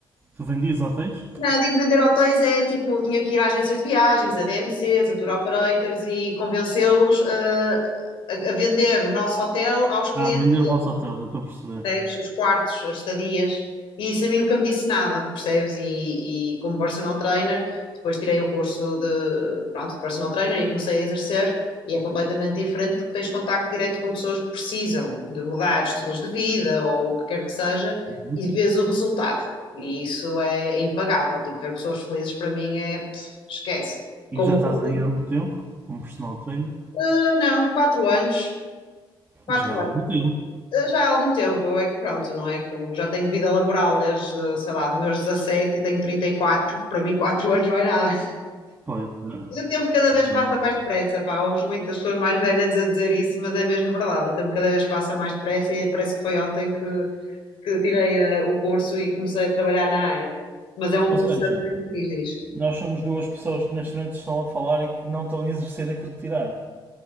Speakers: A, on the right (about 20°); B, on the left (about 75°).
A: Tu vendias hotéis?
B: Não, digo vender hotéis é tipo, tinha que ir a agências de viagens, a DMCs, a tour operators e convencê-los eh, a, a vender o nosso hotel aos clientes
A: Ah, vender o vosso hotel, já estou a perceber.
B: percebes? Os quartos, as estadias, e isso a mim nunca me disse nada, percebes? E, e como personal trainer, depois tirei o curso de, pronto, de personal trainer e comecei a exercer, e é completamente diferente porque tens contacto direto com pessoas que precisam de mudar estilos de vida ou o que quer que seja,
A: Uhum.
B: e vês o resultado. E isso é impagável. Tipo, ver pessoas felizes para mim é, pff, esquece.
A: E
B: Como
A: já estás
B: uma conta,
A: aí há muito tempo, como personal trainer?
B: ah, não, quatro anos, quatro
A: Já há algum tempo.
B: já há algum tempo, eu é que pronto, não é? Como já tenho vida laboral desde, sei lá, dos meus 17 e tenho trinta e quatro para mim 4 anos não é nada.
A: Pois, eh,
B: O tempo cada vez
A: realmente.
B: passa mais depressa, pá, ouves muitas pessoas mais velhas a dizer isso, mas é mesmo verdade, o tempo cada vez passa mais depressa e parece que foi ontem que, que tirei eh, o curso e comecei a trabalhar na área. Mas é um curso
A: Ou seja,
B: também, diz, diz.
A: nós somos duas pessoas que neste momento estão a falar e que não estão a exercer aquilo que tiraram.